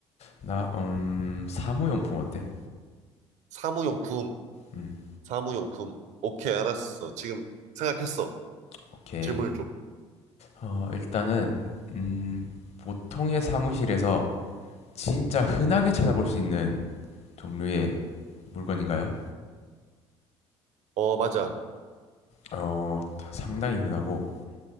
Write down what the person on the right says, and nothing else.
사무용품.
사무용품. 오케이. 알았어. 지금 생각했어.
질문을 줘.
어, 맞아.